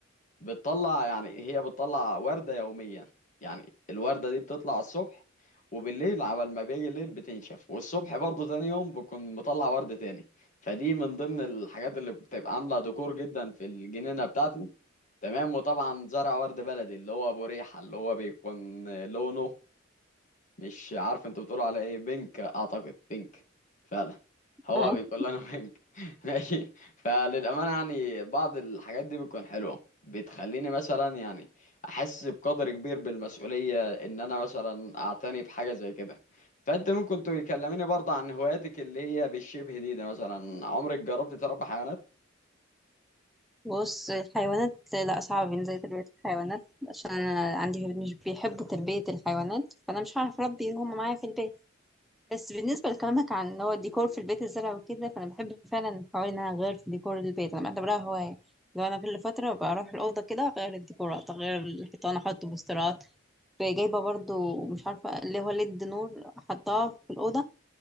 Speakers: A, on the left; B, in the centre.
A: بتطلع يعني هي بتطلع وردة يوميا يعني الوردة دي بتطلع الصبح وبالليل عبال ما بيجي الليل بتنشف والصبح برضه تاني يوم بكون مطلع ورد تاني فدي من ضمن الحاجات اللي بتبقى عاملة ديكور جدا في الجنينة بتاعتي تمام وطبعا زرع ورد بلدي اللي هو ابو ريحة اللي هو بيكون لونه مش عارف انت بتقول على ايه بينك اعتقد بينك فعلا هو
B: اه
A: بيقول لنا بينك <laughs> ماشي فللامانه يعني بعض الحاجات دي بتكون حلوه بتخليني مثلا يعني احس بقدر كبير بالمسؤوليه ان انا مثلا اعتني بحاجه زي كده فانت ممكن تكلميني برضه عن هواياتك اللي هي بالشبه دي ده مثلا عمرك جربت تربي حيوانات
B: بص الحيوانات لا صعب بالنسبة لي تربية الحيوانات عشان أنا عندي ولاد مش بيحبوا تربية الحيوانات فأنا مش هعرف أربي هما معايا في البيت بس بالنسبة لكلامك عن اللي هو الديكور في البيت الزرع وكده فأنا بحب فعلا حوالي إن أنا أغير في ديكور البيت أنا بعتبرها هواية لو أنا كل فترة بروح الأوضة كده أغير الديكورات أغير الحيطان أحط بوسترات جايبة برضو مش عارفة اللي هو ليد نور حطاه في الأوضة